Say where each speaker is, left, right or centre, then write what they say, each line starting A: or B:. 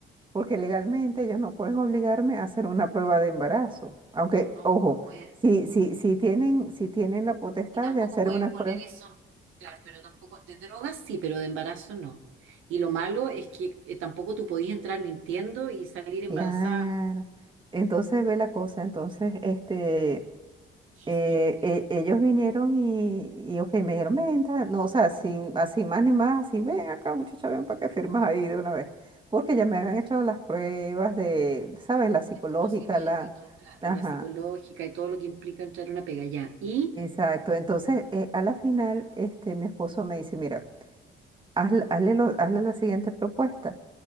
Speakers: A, on the right (about 25°); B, on the right (about 85°).
A: Porque legalmente ellos no pueden obligarme a hacer una prueba de embarazo. Aunque,
B: no,
A: ojo,
B: no pueden.
A: si, si, si tienen, si tienen la potestad
B: Y tampoco
A: de hacer
B: pueden
A: una
B: poner
A: prueba.
B: eso, claro, pero tampoco, de drogas sí, pero de embarazo no. Y lo malo es que eh, tampoco tú podías entrar mintiendo y salir embarazada.
A: Claro. Entonces ve la cosa. Entonces, este,
B: ¿Qué
A: eh,
B: hiciste?
A: e- ellos vinieron y, y, ok, me dijeron, ven, tal", no, o sea, sin, así más ni más, así, ven acá, muchacha, ven para que firmas ahí de una vez. Porque ya me habían hecho las pruebas de, ¿sabes? La psicológica,
B: Desconocimiento
A: la...
B: y todo, claro.
A: Ajá,
B: Pero La psicológica y todo lo que implica entrar a una pega ya. Y
A: exacto. Entonces, eh, a la final, este, mi esposo me dice, mira, hazle, hazle lo- hazle la siguiente propuesta.